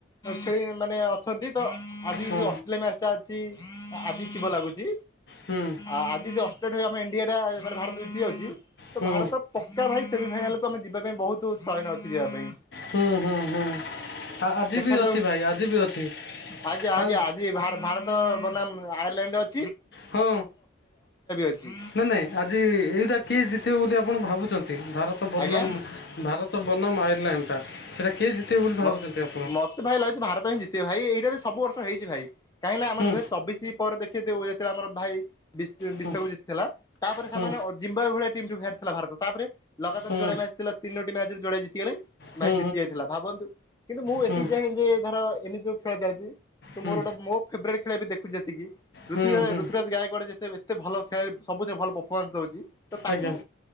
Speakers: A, on the left (about 20°); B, on the left (about 55°).
A: ଖେଳି ମାନେ ଅଛନ୍ତି ତ ଆଜି
B: ହଁ ହଁ
A: ଯ ମ୍ୟାଚ୍ ଟା ଅଛି ଜିତିବ ଲାଗୁଛି
B: ହୁଁ
A: ଆଜି ଏ ଅଷ୍ଟ୍ରାଡ ଠୁ ଆମ ଇଣ୍ଡିଆଟା ମାନେ ଭାରତ ଜିତି ଯାଉଛି ତ
B: ହୁଁ
A: ଭାରତ ପକ୍କା ଭାଇ ସେମିଫାଇନାଲ କୁ ଆମେ ଯି ଯିବା ପାଇଁ ବହୁତ ଶୟନ ଅଛି ଯିବା ପାଇଁ।
B: ହୁଁ ହୁଁ ହୁଁ ଆ- ଆଜି
A: ଦେଖାଯାଉ
B: ବି ଅଛି ଭାଇ ଆଜି ବି ଅଛି
A: ଆଜ୍ଞା ଆଜ୍ଞା
B: ଆଉ
A: ଆଜିି ଏବ୍ ଭାର ଭାରତ ବନାମ୍ ଆୟାରଲାଣ୍ଡ ଅ
B: ହଁ
A: ଅଛି
B: ନା ନା ଆଜି ଏଇଟା କିଏ ଜିତିବ ବୋଲି ଆପ ଆପଣ ଭାବୁଛନ୍ତି ଭାରତ ବର୍ଣ୍ନାମ୍
A: ଆଜ୍ଞା।
B: ଭାରତ ବନାମ ଆୟରଲାଣ୍ଡଟା ସେଇଟା କିଏ ଜିତ୍ ବ ବୋଲି ଭାବୁଛନ୍ତି
A: ମ
B: ଆପଣ?
A: ମତେ ଭାଇ ଲାଗୁଛି ଭାରତ ହିଁ ଜିତିବେ ଭାଇ ଏଇଟା ବି ସବୁ ବର୍ଷ ହେଇଛି ଭାଇ କାହିଁକ ନା ଆମ
B: ହୁଁ
A: ଦୁଇ ହଜାର ଚବିଶି ପରେ ଦେଖି ଦେଉ ଆମର ଭାଇ ବିଶ୍ବ
B: ହୁଁ
A: ବିଶ୍ୱକପ୍ ଜିତିଥିଲା ତାପରେ
B: ହୁଁ
A: ସେମାନେ ଅଜିମ୍ବା ଏ ଭଳିଆ ଟିମ୍ ଠୁ ହାରି ଥିଲା ଭାରତ ତାପରେ ଲଗାତାର
B: ହୁଁ
A: ଯୋଡା ମ୍ୟାଚ ଥିଲା ତିନୋଟି ମ୍ୟାଚରେ ଯୋଡା ଜତି ଗଲେ
B: ହୁଁ
A: ଭାଇ ଜିତି ଯାଇଥିଲା ଭାବନ୍ତୁ କିନ୍ତୁ ମୁଁ ଏତିକି
B: ହୁଁ ହୁଁ
A: ଚାହେଁ ଯେ ଧର ଏମିତି ଯୋଉ ଖେଳ ଚାଲିଛି ତ
B: ହୁଁ
A: ମୋର ଗୋଟେ ମୋ ଫେରରେଟ ଖେଳ ଏବେ ଦେଖୁଛି ଯେତିକି ଋତୁରାଜ୍
B: ହୁଁ ହୁଁ
A: ଋତୁରାଜ ଗାଇ ଯେତେ ଏତେ ଭଲ ଖେଳାଳି ସବୁଥିରେ ଭଲ ପଫମାନ୍ସ ଦଉଛି ତ ତାକୁ
B: ଆଜ୍ଞା